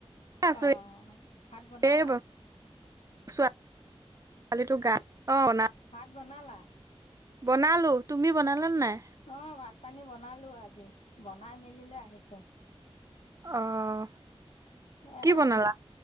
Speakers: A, on the right; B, on the left.
A: আছো
B: অ', ভাত বনালা।
A: এই <unintelligible>
B: ভাত বনালা।
A: বনালো, তুমি বনালা নাই।
B: অ', ভাত পানী বনালো আজি, বনাই মেলি লৈ আহিছোঁ।
A: অ'।
B: এ
A: কি
B: আজি
A: বনালা?